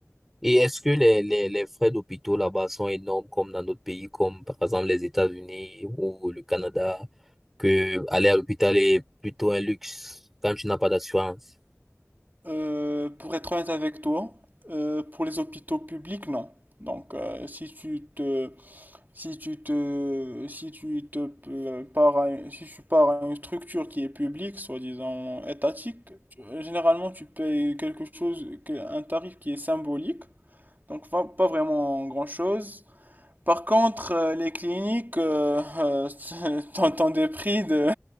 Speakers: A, in the centre; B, on the right.
A: Et est-ce que les, les, les frais d'hôpitaux là-bas sont énormes comme dans d'autres pays, comme par exemple les États-Unis ou le Canada, que aller à l'hôpital est plutôt un luxe quand tu n'as pas d'assurance?
B: Euh, pour être honnête avec toi, euh, pour les hôpitaux publics, non. Donc, euh, si tu te, si tu te, si tu te euh, pars à, une- si tu pars à une structure qui est publique, soi-disant étatique, tu- euh, généralement tu payes quelque chose, que- un tarif qui est symbolique, donc pas, pas vraiment grand-chose. Par contre, euh, les cliniques, euh, <laughs> euh, t'entends des prix de